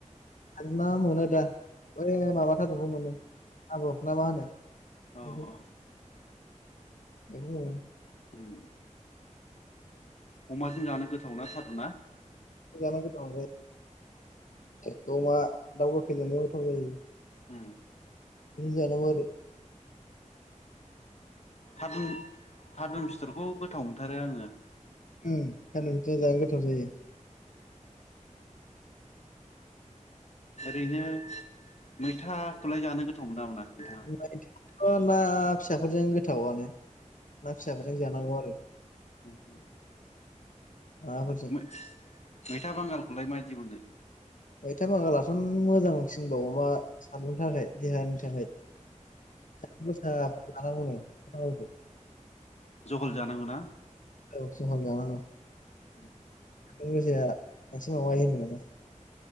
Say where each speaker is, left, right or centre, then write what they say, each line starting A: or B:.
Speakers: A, on the left (about 80°); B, on the left (about 55°).
A: आनबा मोनो दा बै माबा थादखौ मोनो आबर ना मा होनो।
B: औ
A: बेखौ
B: औ।
A: बेखौ मोनो।
B: उम अमाजों जानो गोथावना थारुना?
A: जानै गोथाव जायो अमा दाउ लकेलजोंबो गोथाव जायो।
B: ओम।
A: बिजों जानांगौ आरो।
B: थारुन थारुन फिथरखौ गोथाव मोनथारो आङो।
A: ओं थारुन जों जानो गोथाव जायो।
B: ओरैनो मैथाखौलाय जानो गोथाव मोनोना नोंथाङा? मोना
A: <unintelligible> अ ना फिसाफोरजों गोथावनो ना फिसाफोरजों जानांगौ आरो।
B: उम।
A: माबाफोरजों
B: मै-मैथा बांगालखौलाय माय दि मोनो?
A: मैथा बागालथ' मोजांसिनबाव बा सान्दुंनि थाखाय देहानि थाखाय बेखौ जोंङो जानांगौनो <unintelligible>
B: जहल जानांगौ ना?
A: औ जहल जानांगौ।
B: उम
A: <unintelligible> एसे माबायोनो ।